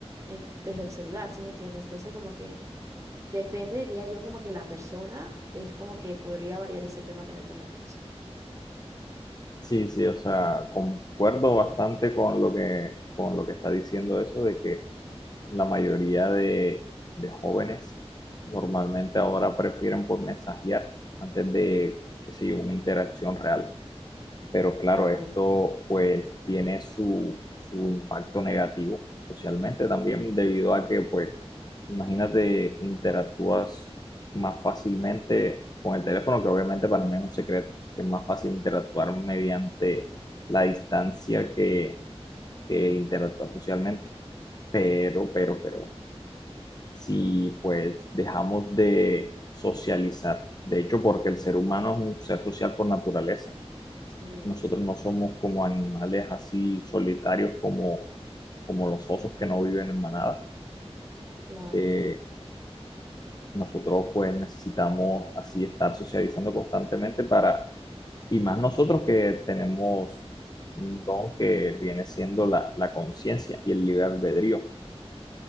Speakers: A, on the right; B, on the left.
A: en- desde el celular, ¿sí me entiendes? Entonces, como que depende, diría yo, como que la persona es como que podría variar ese tema que me comentas.
B: Sí, sí, o sea, concuerdo bastante con lo que, con lo que está diciendo eso de que la mayoría de, de jóvenes normalmente ahora prefieren por mensajear antes de, qué sé yo, una interacción real pero claro,
A: Claro,
B: esto pues tiene su, su impacto negativo socialmente también debido a que pues imagínate interactúas más fácilmente con el teléfono, que obviamente para mí es un secreto, que es más fácil interactuar mediante la distancia que, que interactuar socialmente, pero, pero, pero, si pues dejamos de socializar, de hecho porque el ser humano es un ser social por naturaleza,
A: sí,
B: nosotros no somos como animales así solitarios como, como los osos que no viven en manada.
A: claro,
B: Eh, nosotros pues necesitamos así estar socializando constantemente para, y más nosotros que tenemos un don que viene siendo la, la conciencia y el libre albedrío.